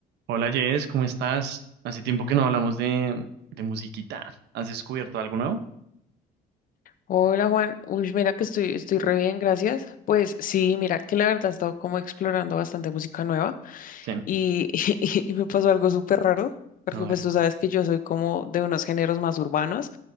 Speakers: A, on the right; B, on the left.
A: Hola Jess, ¿cómo estás? Hace tiempo que no hablamos de, de musiquita. ¿Has descubierto algo nuevo?
B: Hola Juan, uy, mira que estoy, estoy re bien, gracias. Pues sí, mira que la verdad he estado como explorando bastante música nueva
A: Sí,
B: y, <laughs> y, me pasó algo súper raro, porque
A: a ver.
B: pues tú sabes que yo soy como de unos géneros más urbanos,